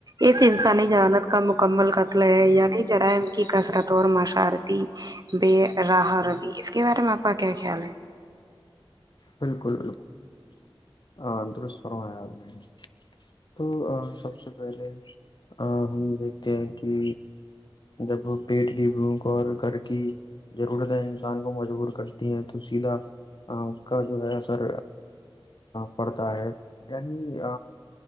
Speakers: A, on the right; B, on the left.
A: اس انسانی جہانت کا مکمل قتل ہے یعنی جرائم کی کثرت اور ماشارتی بے راہ ربی اس کے بارے میں آپ کا کیا خیال ہے
B: بالکل بالکل ہاں انندرست فرو نے تو سب سے پہلے ہم دیکھتے ہیں کہ جب پیٹ کی بھوک اور گھر کی ضرورت ہے انسان کو مجبور کرتی ہیں تو سیدھا کا جو ہے اثر پڑتا ہے یعنی